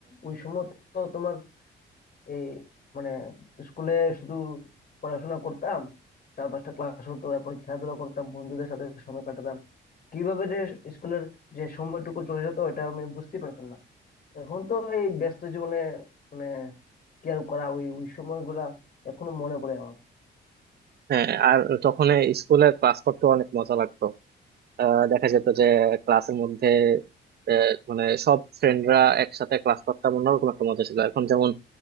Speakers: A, on the left; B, on the right.
A: ওই সময় তো তোমার এই মানে স্কুলে শুধু পড়াশোনা করতাম চার পাঁচটা ক্লাস হতো এরপর খেলাধুলা করতাম বন্ধুদের সাথে সময় কাটাতাম কিভাবে যে স্কুলের যে সময়টুকু চলে যেত এটা আমি বুঝতেই পারতাম না এখন তো এই ব্যস্ত জীবনে মানে কি আর করা ওই ওই সময়গুলা এখনো মনে পড়ে আমার
B: হ্যাঁ আর তখন স্কুলে ক্লাস করতে অনেক মজা লাগতো আহ, দেখা যেত যে ক্লাসের মধ্যে আহ, মানে সব ফ্রেন্ডরা একসাথে ক্লাস করতাম অন্যরকম একটা মজা ছিল এখন যেমন